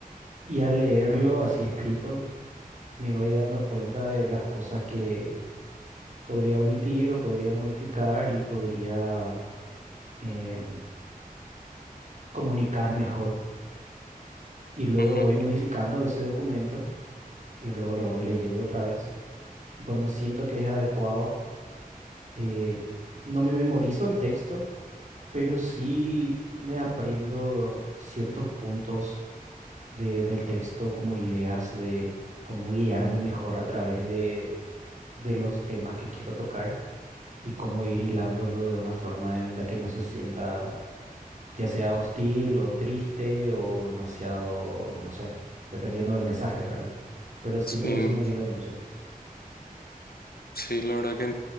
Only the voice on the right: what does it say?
Y al leerlo así escrito, me voy dando cuenta de las cosas que podría omitir o podría modificar y podría... em, comunicar mejor. Y luego
voy modificando ese documento y luego lo voy leyendo otra vez. Y cuando siento que es adecuado, eh, no me memorizo el texto, pero sí me aprendo ciertos puntos de- del texto como ideas de cómo guiarme mejor a través de, de los temas que quiero tocar y cómo ir hilándolo de una forma en la que no se sienta ya sea hostil o triste o demasiado, no sé, dependiendo del mensaje, ¿verdad? Pero siento
que eso me ayuda mucho.